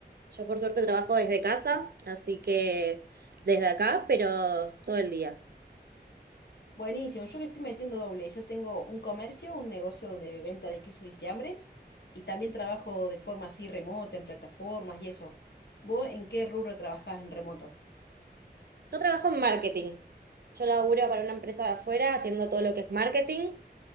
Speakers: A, on the right; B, on the left.
A: Yo por suerte trabajo desde casa, así que desde acá, pero todo el día.
B: Buenísimo, yo le estoy metiendo doble. Yo tengo un comercio, un negocio de venta de quesos y fiambres, y también trabajo de forma así remota, en plataformas y eso. ¿Vos en qué rubro trabajás en remoto?
A: Yo trabajo en marketing. Yo laburo para una empresa de afuera haciendo todo lo que es marketing.